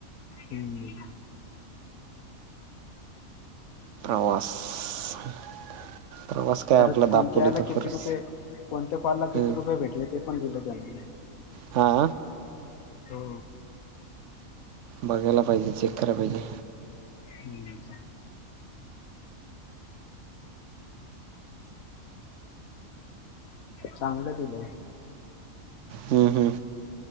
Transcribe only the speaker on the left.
हम्म.
परत
कोणत्या
याला
किती रुपये, कोणत्या कॉलला किती
रुपये भेटले ते पण दिले त्यांनी.
हो.
हम्म. चांगलं दिलंय.